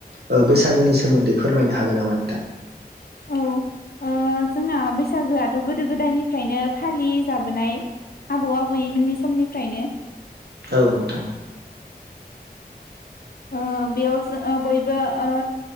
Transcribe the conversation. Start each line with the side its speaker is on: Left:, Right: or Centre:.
Right: ओ बैसागुनि सोमोन्दै फोरमायनो हागोन नामा नोंथां?
Left: औ ओ जोंना बैसागोआथ गोदो गोदायनिफ्रायनो फालि जाबोनाय आबौ आबैमोननि समनिफ्रायनो
Right: औ नोंथां
Left: ओ बेयाव जो ओ बयबो ओ